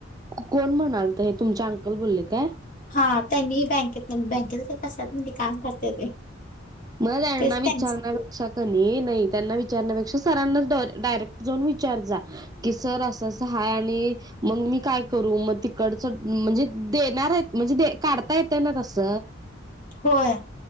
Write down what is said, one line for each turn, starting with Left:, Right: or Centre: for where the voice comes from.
Right: कोण म्हणालत हे तुमचे अंकल बोलले काय?
Left: हा त्यांनी बँकेत, बँकेत काही कसात म्हणते काम करते ते.
Right: मग त्यांना
Left: तेच
Right: विचारण्यापेक्षा
Left: त्यांनी सांगितलं
Right: का नाही त्यांना विचारण्यापेक्षा सरांनाच डायरेक्ट जाऊन विचार जा कि सर अस अस हाय आणि मग मी काय करू मग तिकडच म्हणजे देणार आहेत म्हणजे काढता येतय ना तस.
Left: होय